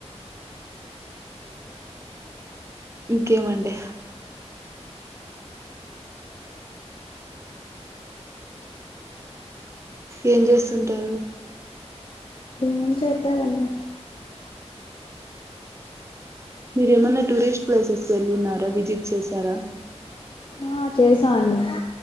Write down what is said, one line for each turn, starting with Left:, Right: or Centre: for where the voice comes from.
Right: ఇంకేమండి ఏం చేస్తుంటారు
Left: ఏం చేతదండి
Right: మీరేమన్నా టూరిస్ట్ ప్లేసెస్ వెళ్ళిన ర విజిట్ చేశారా
Left: ఆ చేసా అండి